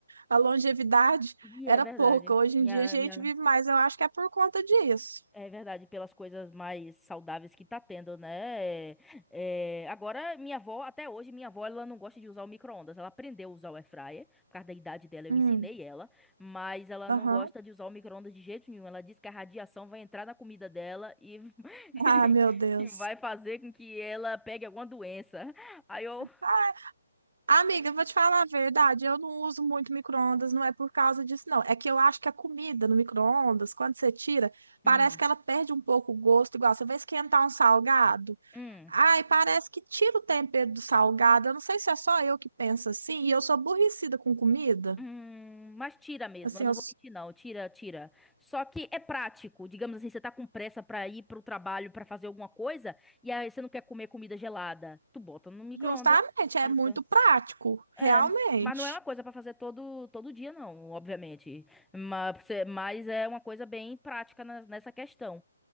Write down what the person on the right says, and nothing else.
A longevidade
era
pouca. Hoje
em dia a gente
vive mais. Eu acho que é por conta disso.
Hum,
aham.
Ah, meu Deus.
Ah, Amiga, eu vou te falar a verdade. Eu não uso muito micro-ondas, não é por causa disso, não. É que eu acho que a comida no micro-ondas, quando você tira, parece
que ela perde um pouco o gosto. Igual você vai esquentar um salgado.
Ai, parece que tira o tempero do salgado. Eu não sei se é só eu que penso assim. E eu sou aborrecida com comida.
Assim,
eu
Justamente,
é
muito prático, realmente.